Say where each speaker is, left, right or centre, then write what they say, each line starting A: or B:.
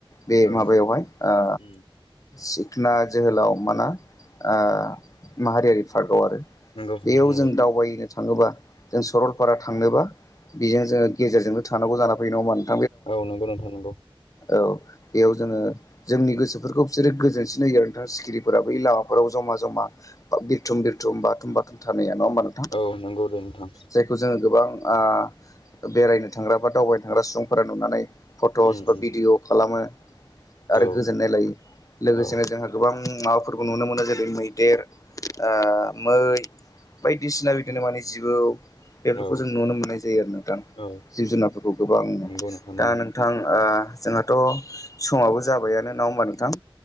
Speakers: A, on the left; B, on the left.
A: बे
B: औ
A: माबायावहाय ओ
B: उम
A: सिखना जोहोलाव माना ओ माहारियारि फारख आव आरो
B: नंगौ
A: बेयाव
B: नोंथां नंगौ
A: जों दावबायनो थाङोबा जों सरलपारा थांनोबा बेजों जोङो गेजेरजोंनो थानांगौ जाना फैयो नङा होनबा ।
B: औ नंगौ नोंथां नंगौ
A: औ बेयाव जोङो जोंनि गोसोफोरखौ बिसोरो गोजोनसिन होयो आरो नोंथाङा सिखिरिफोरा बै लामाफोराव जमा ज'मा बिरथुम बिरथुम बाथुम बाथुम थानाया नङा होमबा नोंथां
B: औ नंगौ दे नोंथां
A: जायखौ जोङो गोबां ओ बेरायनो थांग्रा बा दावबायनो थांग्रा सुबुंफोरा नुनानै फट'स
B: उम
A: बा
B: उम
A: भिडिअ खालामो आरो
B: औ
A: गोजोननाय लायो लोगोसेनो
B: औ
A: जोंहा गोबां ओं माबाफोरखौ नुनो मोनो जेरै मैदेर ओ मै बायदिसिना बिदिनो माने जिबौ बेफोरखौ
B: औ
A: जों नुनो मोननाय जायो आरो नोंथां
B: औ
A: जिब जुनारफोरखौ गोबां
B: नंगौ नोंथां नंगौ
A: दा नोंथां ओ जोंहाथ' समाबो जाबायानो ना होङा होनबा नोंथां